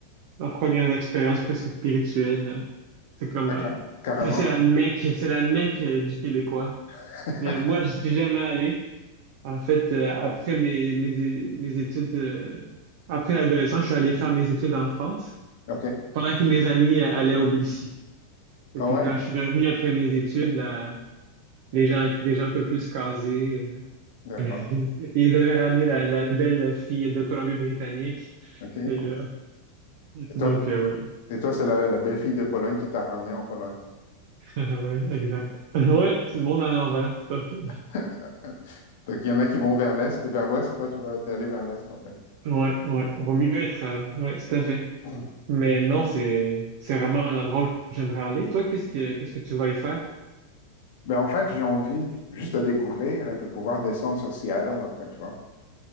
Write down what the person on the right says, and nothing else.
leur première expérience presque spirituelle. C'est comme,
euh,
c'est c'est la Mecque, c'est la Mecque euh, du Québécois.
Mais moi, je suis jamais allé. En fait, euh, après mes, mes, é- mes études, euh, après l'adolescence, je suis allé faire mes études en France
pendant que mes amis euh, allaient au BC.
Et puis
quand je suis revenu après mes études, là, les gens étaient déjà un peu plus casés. euh,
<laughs> ils devaient ramener la, la belle fille de Colombie-Britannique.
Et, euh, donc,
euh, ouais.
<laughs> Ouais, exact. <laughs> Ouais, c'est le monde à l'envers, tout à fait.
Ouais, ouais. Vaut mieux être. euh, ouais, tout à fait.
Mais non, c'est c'est vraiment un endroit où j'aimerais aller. Toi, qu'est-ce que qu'est-ce que tu vas y faire?